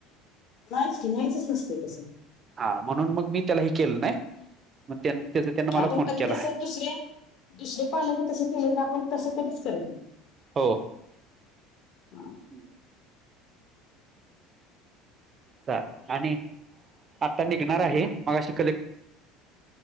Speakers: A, on the left (about 55°); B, on the right (about 35°).
A: नाहीच की न्यायच नसतय तस
B: हा म्हणून मग मी त्याला हे केलं नाही मग त्याच त्यांन मला
A: आपण
B: फोन
A: कधी
B: केला
A: तसं दुसरे दुसरे पालक तस केले तर आपण तसं कधीच करत नाही
B: हो
A: हा.
B: हम्म चल आणि आता निघणार आहे मगाशी